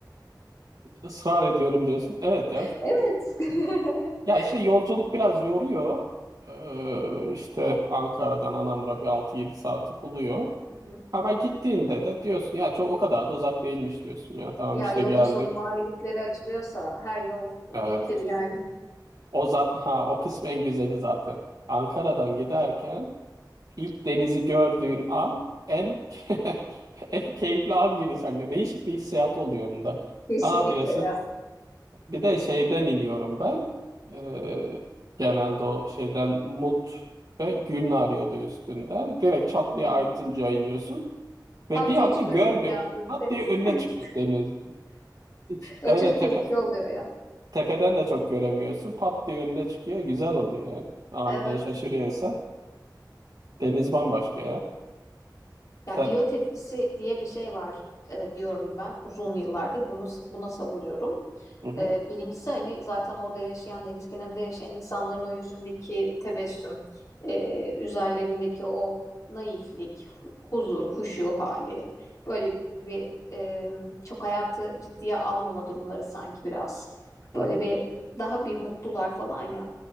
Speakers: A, on the right; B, on the left.
A: Israr ediyorum diyorsun. Evet ya
B: <laughs> Evet.
A: e,
B: <laughs>
A: Ya işte yolculuk biraz yoruyor. Ee, işte Ankara'dan Anamur'a bir altı yedi saati buluyor.
B: Hı hı.
A: Ama gittiğinde de diyorsun ya çok o kadar da uzak değilmiş diyorsun ya tamam
B: Ya
A: işte
B: yolun
A: geldik.
B: sonu maviliklere açılıyorsa her yol
A: Evet.
B: iyidir yani.
A: O zat ha o kısmı en güzeli zaten. Ankara'dan giderken ilk denizi gördüğün an en <laughs> en keyifli an gibi sanki. Değişik bir hissiyat oluyor onda.
B: Kesinlikle
A: Aa diyorsun
B: ya.
A: Bir de şeyden iniyorum ben. Ee, genelde o şeyden Mut ve Gülnar yolu üstünden. Direkt çat
B: <laughs>
A: diye Aydınca iniyorsun. Ve
B: Pat
A: bir
B: diye
A: anda
B: çıkıyor
A: görmüyor.
B: değil mi bir anda
A: Pat
B: deniz?
A: diye önüne
B: <laughs>
A: çıkıyor denizin. Hiç
B: O
A: öyle
B: çok
A: tepe,
B: keyifli oluyor ya.
A: tepeden de çok göremiyorsun. Pat diye önüne çıkıyor. Güzel oluyor yani. Aniden
B: Evet.
A: şaşırıyor insan. Deniz bambaşka ya.
B: Ya
A: Sen...
B: iot etkisi diye bir şey var e, diyorum ben uzun yıllardır bunu buna savunuyorum.
A: Hı hı,
B: E, birincisi hani zaten orada yaşayan deniz kenarında yaşayan insanların o yüzündeki tebessüm, e, üzerlerindeki o naiflik, hu- huzur, huşu hali. Böyle e, çok hayatı ciddiye almama durumları sanki biraz.
A: hı
B: Böyle
A: hı,
B: bir daha bir mutlular falan ya.